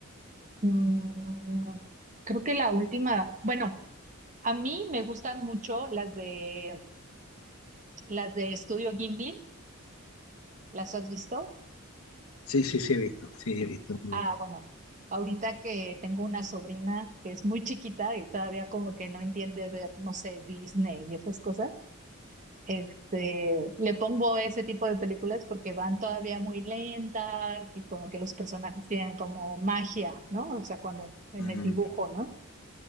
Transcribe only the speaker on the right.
Mm, creo que la última, bueno, a mí me gustan mucho las de las de Estudio Ghibli, ¿las has visto?
Ah, bueno, ahorita que tengo una sobrina que es muy chiquita y todavía como que no entiende ver, no sé, Disney y esas cosas. Este, le pongo ese tipo de películas porque van todavía muy lentas y como que los personajes tienen como magia, ¿no? O sea, cuando en
el dibujo, ¿no?